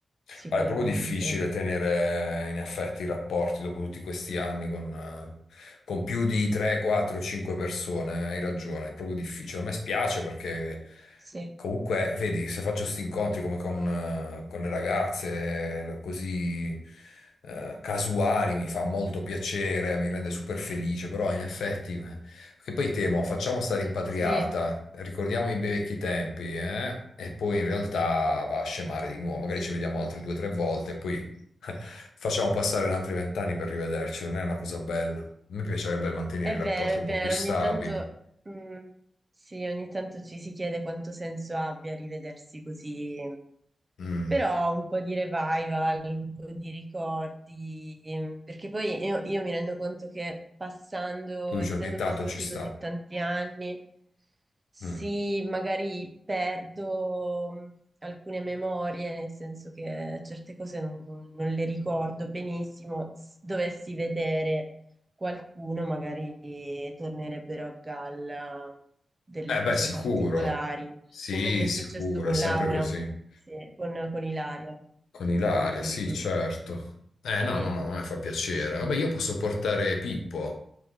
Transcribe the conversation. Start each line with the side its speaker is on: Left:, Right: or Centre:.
Right: sicuramente.
Left: Guarda, è proprio difficile tenere eh, in effetti i rapporti dopo tutti questi anni con, eh, con più di 3, 4, 5 persone. Eh, Hai ragione, è proprio difficile. A me spiace perché
Right: Sì,
Left: comunque, vedi, se faccio questi incontri come con, eh, con le ragazze, eh, così eh, casuali, mi fa molto piacere, mi rende super felice, però in effetti... eh, Che poi temo, facciamo sta rimpatriata,
Right: sì.
Left: ricordiamo i bei vecchi tempi, eh? E poi in realtà va a scemare di nuovo, magari ci vediamo altre due o tre volte, poi <laughs> facciamo passare un altri vent'anni per rivederci, non è una cosa bella. A me piacerebbe mantenere
Right: È
Left: i rapporti
Right: vero,
Left: un
Right: è
Left: po'
Right: vero,
Left: più stabili.
Right: ogni tanto, mm, sì, ogni tanto ci si chiede quanto senso abbia rivedersi così,
Left: Mm.
Right: però un po' di revival, un po' di ricordi, mm, perché poi io, io mi rendo conto che passando,
Left: Tu dici
Right: essendo
Left: ogni tanto
Right: passati
Left: ci sta.
Right: così tanti anni, sì,
Left: Mm.
Right: magari perdo mm, alcune memorie, nel senso che certe cose non non- non le ricordo benissimo, s- dovessi vedere qualcuno magari tornerebbero a galla delle
Left: Eh beh,
Right: cose
Left: sicuro.
Right: particolari,
Left: Sì,
Right: come mi è successo
Left: sicuro,
Right: con
Left: è sempre
Right: Laura,
Left: così.
Right: sì, con, con Ilaria.
Left: Con Ilaria,
Right: Mm, mm,
Left: sì,
Right: mm.
Left: certo. Eh, no,
Right: Sì,
Left: no, no, ma a me fa piacere.
Right: sì.
Left: Vabbè, io posso portare Pippo.